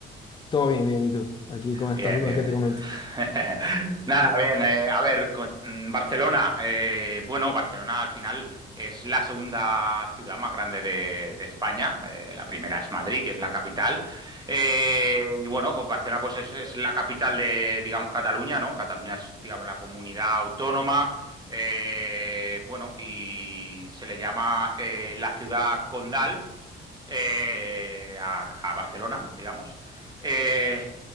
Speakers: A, on the left; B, on the right.
A: Todo bien, bien, ¿y tú? Aquí con estas
B: Bien,
A: dudas
B: bien,
A: que
B: bien.
A: te comento.
B: <laughs> Nada, bien. eh, a ver, con- mm, Barcelona. eh, bueno, Barcelona al final es la segunda ciudad más grande de, de España. eh, la primera es Madrid, que es la capital. Eh, y bueno, con Barcelona pues es, es la capital de, digamos, Cataluña, ¿no? Cataluña es, digamos, la comunidad autónoma. eh, bueno, y se le llama eh, la ciudad condal eh, a, a Barcelona, digamos. Eh,